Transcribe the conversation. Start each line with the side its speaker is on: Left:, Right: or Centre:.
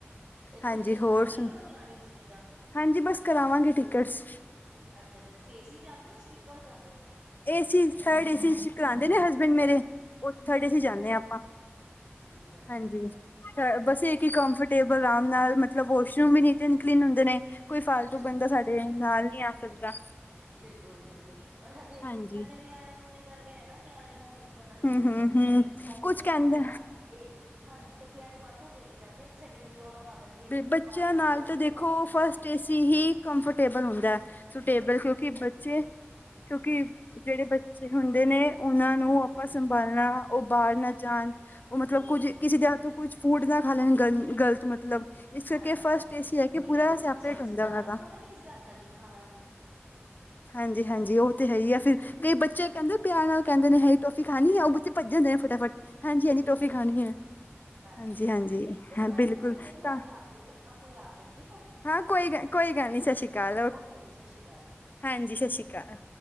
Right: ਇਹ ਤੁਸੀਂ
Left: ਹਾਂਜੀ
Right: ਟਿਕਟ
Left: ਹੋਰ
Right: ਕਰਾਣੀ
Left: ਸੁਣ
Right: ਹੈ, ਕਦੋਂ ਕਰਾਣੀ ਹੈ ਤੁਸੀਂ ਟਿਕਟਾਂ
Left: ਹਾਂਜੀ ਬਸ ਕਰਾਵਾਂਗੇ ਟਿਕਟਸ
Right: ਅੱਛਾ ਅੱਛਾ ਤੁਸੀਂ ਏਸੀ ਜਾਂਦੇ ਔ ਸਲੀਪਰ ਜਾਂਦੇ ਔ
Left: ਏਸੀ ਥਰਡ ਏ ਕਰਾਉਂਦੇ ਨੇ ਹਸਬੈਂਡ ਮੇਰੇ ਉਹ ਥਰਡ
Right: ਅੱਛਾ
Left: ਏਸੀ ਜਾਂਦੇ
Right: ਜੀ ਅੱਛਾ
Left: ਆ ਆਪਾਂ।
Right: ਠੀਕ ਆ ਜੀ
Left: ਹਾਂਜੀ,
Right: ਠੀਕ ਆ
Left: ਬਸ
Right: ਹਾਂਜੀ
Left: ਇੱਕ ਹੀ ਕੰਫਰਟੇਬਲ ਆਰਾਮ ਨਾਲ ਮਤਲਬ ਵਾਸ਼ਰੂਮ ਵੀ ਨਹੀਂ ਤੇੇ ਨ ਕਲੀਨ ਹੁੰਦੇ ਨੇ। ਕੋਈ ਫਾਲਤੂ
Right: ਹਾਂਜੀ
Left: ਬੰਦਾ
Right: ਹਾਂਜੀ
Left: ਸਾਡੇ ਨਾਲ ਨਹੀਂ ਆ ਸਕਦਾ।
Right: ਬਿਲਕੁਲ ਜੀ ਬਿਲਕੁਲ ਪਰ ਹਜੇ-ਹਜੇ
Left: ਹਾਂਜੀ
Right: ਨਿਆਣੇ ਨੂਣੇ ਕਰ ਨਾ ਨਿਆਣੇ ਹੋਣ ਵੀ ਪਤਾ ਲੱਗ
Left: ਹਮ
Right: ਜੂਗਾ
Left: ਹਮ
Right: ਜੀ
Left: ਹਮ
Right: ਹਾਲੇ ਦੇਖੋ ਸਾਡੇ
Left: ਕੁਛ
Right: ਨਿਆਣੇ
Left: ਕਹਿੰਦੇ
Right: ਨੇ ਨਾ ਇਹ ਹਾਂਜੀ ਡੱਬਿਆਂ ਚ' ਬੰਦ ਹੋ ਕੇ ਨੀ ਬਹਿੰਦੇ ਇੱਕ ਸੈਕਿੰਡ ਵੀ ਰੌਲਾ ਬੰਦ ਦੇਣਗੇ
Left: ਬੱਚਿਆਂ
Right: ਬਾਹਰ ਕੱਢੋ
Left: ਨਾਲ
Right: ਇੱਥੋਂ
Left: ਤਾਂ ਦੇਖੋ
Right: ਬਾਹਰ ਕੱਢੋ
Left: ਫਸਟ ਏਸੀ ਹੀ ਕੰਫਰਟੇਬਲ ਹੁੰਦਾ ਹੈ ਸੁਟੇਬਲ ਕਿਉਂਕਿ
Right: ਹਾਂਜੀ ਹਾਂਜੀ
Left: ਬੱਚੇ ਕਿਉਂਕਿ ਜਿਹੜੇ ਬੱਚੇ ਹੁੰਦੇ ਨੇ ਉਹਨਾਂ ਨੂੰ
Right: ਹਾਂਜੀ
Left: ਆਪਾਂ
Right: ਹਾਂਜੀ
Left: ਸੰਭਾਲਣਾ ਉਹ ਬਾਹਰ ਨਾ ਜਾਣ ਉਹ ਮਤਲਬ
Right: ਬਿਲਕੁਲ
Left: ਕੁੱਝ
Right: ਬਿਲਕੁਲ
Left: ਕਿਸੇ ਦੇ ਹੱਥ ਤੋਂ ਕੁੱਝ ਫੂਡ ਨਾ ਖਾ ਲੈਣ ਗ ਗ਼ਲਤ ਮਤਲਬ। ਇਸ ਕਰਕੇ
Right: ਹਾਂਜੀ-ਹਾਂਜੀ
Left: ਫਸਟ ਏਸੀ ਹੈ ਕਿ
Right: ਨਹੀਂ
Left: ਪੂਰਾ
Right: ਜੀ
Left: ਸੈਪਰੇਟ
Right: ਬੱਚਿਆਂ ਨੂੰ
Left: ਹੁੰਦਾ
Right: ਸਿਖਾ
Left: ਉਹਨਾਂ
Right: ਰੱਖੋ
Left: ਦਾ
Right: ਨਾ ਕਿਸੇ ਹੰਥ ਦਾ ਨੀ ਖਾਣਾ ਜੀ।
Left: ਹਾਂਜੀ-ਹਾਂਜੀ ਉਹ ਤੇ ਹੈ ਹੀ ਆ ਫਿਰ ਕਈ ਬੱਚੇ ਕਹਿੰਦੇ ਪਿਆਰ ਨਾਲ ਕਹਿੰਦੇ ਨੇ ਹੈ ਟੋਫੀ ਖਾਣੀ ਹੈ ਉਹ ਭੱਜ
Right: ਹਾਂਜੀ-ਹਾਂਜੀ
Left: ਜਾਂਦੇ ਨੇ ਫਟਾਫਟ ਹਾਂਜੀ-ਹਾਂਜੀ
Right: ਬਿਲਕੁਲ
Left: ਟੋਫੀ
Right: ਜੀ
Left: ਖਾਣੀ
Right: ਬਿਲਕੁਲ।
Left: ਹੈ।
Right: ਹਾਂਜੀ-ਹਾਂਜੀ
Left: ਹਾਂਜੀ ਹਾਂਜੀ
Right: ਚਲੋ
Left: ਹਾਂ
Right: ਭੈਣ
Left: ਬਿਲਕੁਲ
Right: ਜੀ ਮੈਂ ਤੁਹਾਨੂੰ ਫੇਰ ਫੋਨ
Left: ਤਾਂ
Right: ਲਾਉਦੀ ਆ ਜਿਹੜਾ ਕੋਈ ਆ ਗਏ ਨੇ ਠੀਕ ਹੈ ਜੀ।
Left: ਹਾਂ ਕੋਈ ਗੱਲ ਕੋਈ
Right: ਹਾਂਜੀ
Left: ਗੱਲ ਨੀ ਸਤਿ ਸ਼੍ਰੀ ਅਕਾਲ
Right: ਓਕੇ ਜੀ ਸਤਿ ਸ਼੍ਰੀ ਅਕਾਲ ਜੀ।
Left: ਹਾਂਜੀ ਸਤਿ ਸ਼੍ਰੀ ਅਕਾਲ।